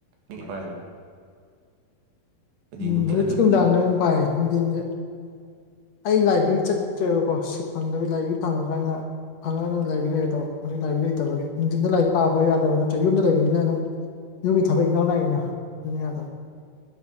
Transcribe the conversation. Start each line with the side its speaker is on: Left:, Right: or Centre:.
Right: ꯂꯥꯢꯔꯤꯛ ꯄꯥꯔꯤꯕ
Left: ꯎꯝ
Right: ꯅꯨꯡꯊꯤ
Left: ꯍꯧꯖꯤꯛꯇꯤ
Right: ꯑꯗꯨ ꯑꯣ
Left: ꯅꯨꯡꯗꯥꯡꯗ ꯑꯣꯏꯅ ꯄꯥꯏꯌꯦ ꯅꯨꯡꯊꯤꯟꯁꯦ ꯑꯩ ꯂꯥꯏꯕ꯭ꯔꯦꯔꯤ ꯆꯠꯇ꯭ꯔꯦꯕꯀꯣ ꯁꯤꯠ ꯐꯪꯗꯕꯒꯤ ꯂꯥꯏꯕ꯭ꯔꯦꯔꯤ ꯐꯪꯉꯀꯥꯟꯗ ꯐꯪꯉꯒ ꯅꯪ ꯂꯥꯏꯕꯦꯔꯤ ꯂꯩꯔꯗꯕ ꯍꯧꯖꯤꯛ ꯂꯥꯏꯕ꯭ꯔꯔꯤ ꯂꯩꯇꯕꯒꯤ ꯅꯨꯡꯊꯤꯟꯗ ꯂꯥꯏꯔꯤꯛ ꯄꯥꯕ ꯌꯥꯗꯕꯅ ꯌꯨꯝꯗ ꯂꯩꯕꯅꯤꯅ ꯑꯗꯨꯝ ꯌꯨꯝꯒꯤ ꯊꯕꯛ ꯏꯪꯈꯥꯡ ꯂꯥꯛꯏꯅ ꯑꯗꯨꯅ ꯌꯥꯗꯕ